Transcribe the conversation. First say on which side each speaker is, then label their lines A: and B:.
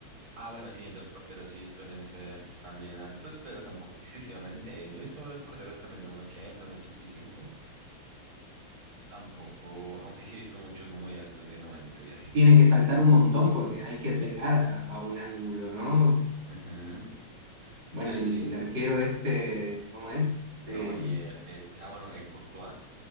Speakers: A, on the right; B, on the right.
A: Ah, bueno, sí, los porteros sí suelen ser también altos, pero tampoco excesivamente. Yo he visto buenos porteros también de uno ochenta uno ochenta y cinco Tampoco, aunque sí he visto muchos muy altos de noventa y así.
B: Tienen que saltar un montón porque hay que llegar a, a un ángulo, ¿no?
A: Ujú.
B: Bueno,
A: Sí,
B: el,
A: sí.
B: el arquero este, ¿cómo es?
A: Neuer.
B: Eh,
A: eh, te- ah, bueno, eh, Courtois.